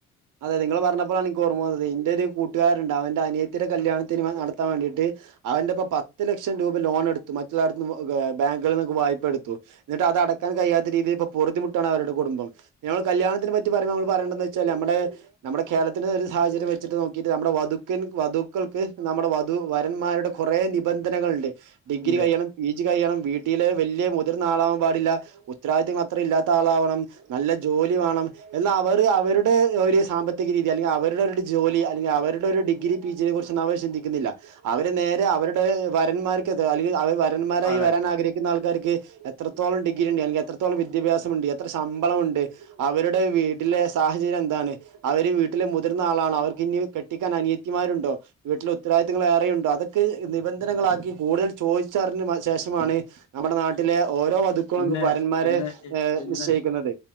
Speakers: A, on the right; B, on the left.
A: അതെ നിങ്ങള് പറഞ്ഞപ്പോഴാണ് എനിക്ക് ഓർമ്മ വന്നെത്. എന്റൊരു കൂട്ടുകാരൊണ്ട്. അവന്റെ അനിയത്തിടെ കല്യാണത്തിനുമ നടത്താവേണ്ടിട്ട് അവന്റെപ്പ പത്ത് ലക്ഷം രൂപ ലോൺ എടുത്തു. മറ്റുല്ലാടത്തൂന്ന് ബാങ്കുകളിൽ നിന്നൊക്കെ വായ്പ എടുത്തു. എന്നിട്ട് അ ടക്കാൻ കഴിയാത്ത രീതിൽ ഇപ്പോ പൊറ്തിമുട്ടാണ് അവെരടെ കുടുംബം. ഞങ്ങെള് കല്യാണത്തിനെപ്പറ്റി പറയണോ പറയണ്ടാന്ന്വെച്ചാല്. നമ്മെടെ നമ്മെടെ കേരളത്തിന് ഒരു സാഹചര്യം വെച്ചിട്ട് നോക്കിട്ട് നമ്മുടെ വധുക്കൻ വധുക്കൾക്ക് നമ്മുടെ വധു വരന്മാ വീട്ടുക്കാരുടെ കൊറെ നിബന്ധനകളൊണ്ട്. ഡിഗ്രി
B: ഉണ്ട്
A: കഴിയണം, പി ജി കഴിയണം, വീ ട്ടില് വെല്യാ മുതിർന്നാളാകൻ പാടില്ല, ഉത്തരവാദിത്വം അത്രം ഇല്ലാത്ത ആളാവണം, നല്ല ജോലി വേണം, എന്നാ അവർ അവെരുടെ ഒരു സാമ്പത്തിക രീതി അല്ലെങ്കിൽ അവെരവരുടെ ഒരു ജോലി അല്ലെങ്കി അവെരുടെ ഒരു ഡിഗ്രി പി ജിയെ കുറിച്ചൊന്നു അവർ ചിന്തിക്കുന്നില്ല. അവര് നേ രെ അവെരുടെ വരന്മാർക്കെതിരെ അല്ലെങ്കിൽ അവർ വരന്മാരായി
B: അതെ
A: വെരാൻ ആഗ്രഹിക്കുന്ന ആൾക്കാർക്കെ തിരെ എത്രത്തോളം ഡിഗ്രിയൊണ്ട് അല്ലെങ്കിൽ എത്രത്തോളം വിദ്യാഭ്യാസമൊണ്ട് എത്ര ശമ്പളമൊണ്ട് അവെരുടെ വീട്ടിലെ സാഹചര്യം എന്താണ് അവര് വീട്ടിലെ മുതിർന്നയാളാണോ അവർക്ക് ഇനി കെട്ടിക്കാൻ അനിയത്തിയമാരുണ്ടോ വീട്ടിലെ ഉത്തവാദിത്തങ്ങൾ ഏറെയുണ്ടോ ക്ക് നിബന്ധനകളാക്കി കൂടുതൽ ചോദിച്ചറിന് മ ശേഷമാണ് നമ്മടെ നാട്ടിലെ ഓരോ വധുക്കളിപ്പ
B: പിന്നെ
A: വരന്മാരെ
B: പിന്നെ പിന്നെ
A: നിശ്ചയിക്കുന്നത്.